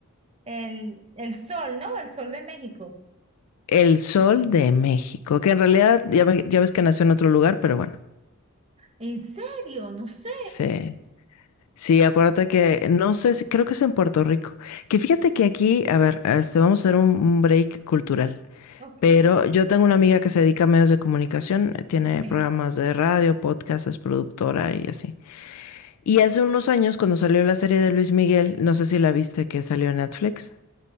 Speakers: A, on the right; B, on the left.
A: El, el Sol, ¿no? El Sol de México.
B: El Sol de México, que en realidad ya, ve- ya ves que nació en otro lugar, pero bueno.
A: ¿En serio? No sé.
B: Sí. Sí,
A: Ah,
B: acuérdate que, no sé, si- creo que es en Puerto Rico. Que fíjate que aquí, a ver, este, vamos a hacer un, un break cultural.
A: Ok,
B: Pero yo tengo una amiga que se dedica a medios de comunicación, eh, tiene
A: ok.
B: programas de radio, podcast, es productora y así. Y hace unos años, cuando salió la serie de Luis Miguel, no sé si la viste que salió en Netflix.